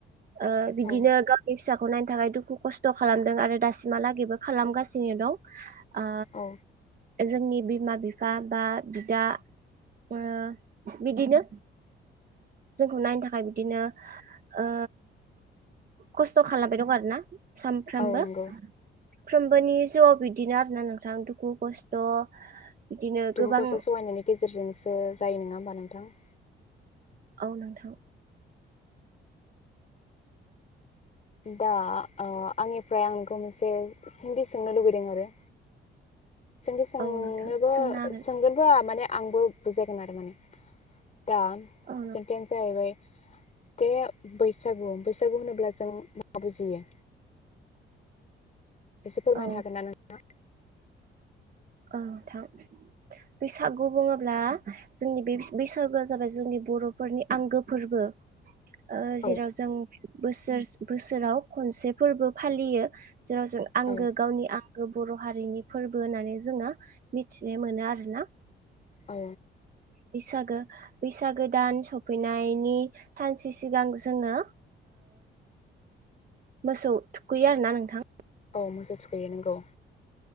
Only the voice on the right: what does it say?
ओ बिदिनो
गावनि फिसा खौ नायनो थाखाय दुखु खस्थ' खालामदों आरो दासिमहालागैबो खालामगासिनो दं। आ
जोंनि बिमा बिफा बा बिदा ओ बिदिनो जोंखौ नायनो थाखाय बिदिनो ओ खस्थ' खालामबाय दं आरो ना ‌। सानफ्रामबो
फ्रोमबोनि जिउआव बिदिनो आरो ना नोंथां दुखु खस्थ' बिदिनो
गोबां
औ नोंथां
औ नोंथां सोंनो हागोन
औ
औ
औ नोंथां बैसागु बुंङोब्ला जोंनि बे बैस बैसागुआ जाबाय जोंनि बर'फोरनि आंगो फोरबो। ओ
जेराव जों बोसोर बोसोराव खनसे फोरबो फालियो। जेराव जों आंगो
गावनि आं गो बर' हारिनि फोरबो होननानै जोंङो मिथिनो मोनो आरोना
बैसागो बैसागो दान सफैनायनि सानसे सिगां जोङो मोसौ थुखैयो आरो ना नोंथां